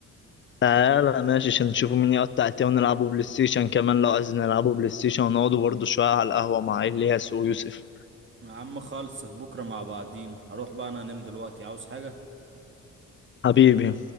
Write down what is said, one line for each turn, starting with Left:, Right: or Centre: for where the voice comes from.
Left: تعالى ماشي عشان نشوفوا مين يقطع التاني ونلعبوا بلاي ستيشن كمان لو عايزين نلعبوا بلاي ستيشن ونقعدوا برضه شوية على القهوة مع إلياس ويوسف
Right: يا عم خالص بكرة مع بعضينا هروح بقى انا انام دلوقتي عاوز حاجة
Left: حبيبي